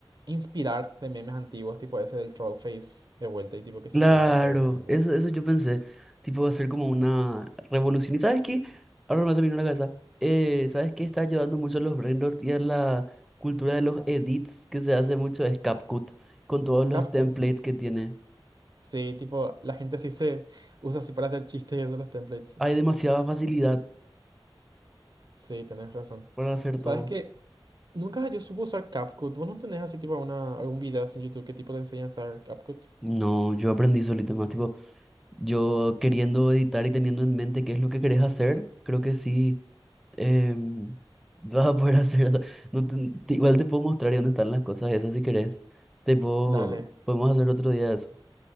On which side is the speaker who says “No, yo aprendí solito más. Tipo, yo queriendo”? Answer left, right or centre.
Centre